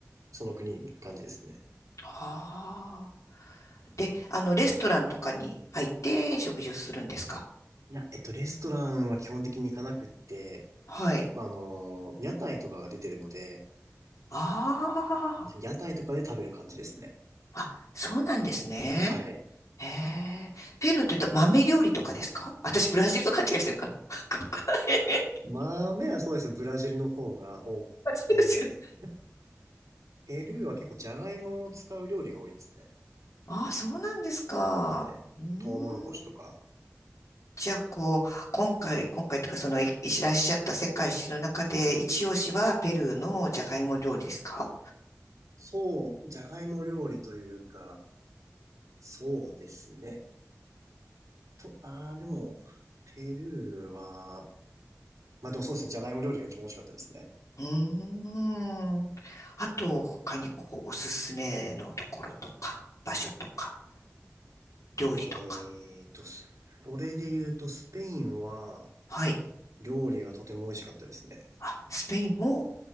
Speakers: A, on the right; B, on the left.
A: その国に行く感じですね。
B: ああ。で、あの、レストランとかに入って食事をするんですか
A: いや、えっと、レストランは基本的に行かなくって、
B: はい。
A: 結構あの、屋台とかが出てるので、
B: あ
A: 屋台とかで食べる感じですね。
B: あ、あ、そうなんですね。
A: はい。
B: へえ。ペルーって言うと豆料理とかですか私、ブラジルと勘違いしてるかな <laughs> かもかなへへやっ
A: 豆はそうですね、ブラジルの方が多くて、
B: ぱりそうですよね。
A: ペルーは結構ジャガイモを使う料理が多いですね。
B: ああ、そうなんですか。
A: はい。
B: うーん。
A: トウモロコシとか。
B: じゃあ、こう、今回、今回というか、その、いいらっしゃった世界史の中で、一押しはペルーのジャガイモ料理ですか
A: そう、ジャガイモ料理というか、そうですね。と、ああ、でも、ペルーは、まあでもそうですね、ジャガイモ料理が一番美味しかったですね。
B: うーん。あと、他にこう、おすすめのところとか、場所とか、料理とか。
A: えーと、そそれで言うと、スペインは
B: はい。
A: 料理がとても美味しかったですね。
B: あ、スペインも